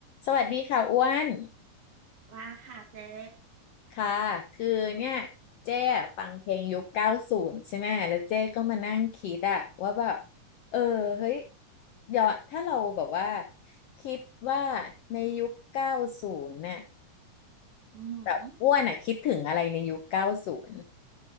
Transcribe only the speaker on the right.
ว่าค่ะเจ๊
อืมอหือ